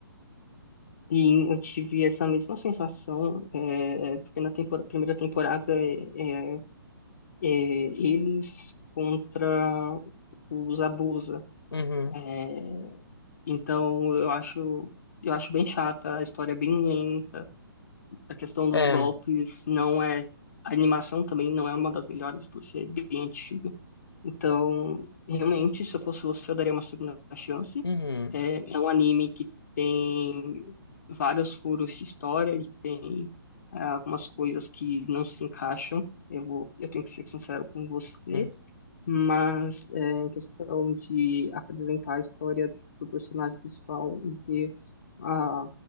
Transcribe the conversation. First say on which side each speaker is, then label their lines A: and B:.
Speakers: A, on the left; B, on the left.
A: E eu tive essa mesma sensação, eh, eh, porque na tempora- primeira temporada eh, eh, eh, eles contra os Abusa.
B: Uhum.
A: eh, Então eu acho eu acho bem chata, a história é bem lenta, a questão dos
B: É.
A: golpes não é a animação também não é uma das melhores por ser bem antiga. Então, realmente, se eu fosse você, eu daria uma segunda chance.
B: Uhum.
A: É, é um anime que tem vários furos de história e tem é, algumas coisas que não se encaixam. Eu vou, eu tenho que ser sincero com você.
B: Uhum.
A: Mas é, em questão de apresentar a história do personagem principal e ver a,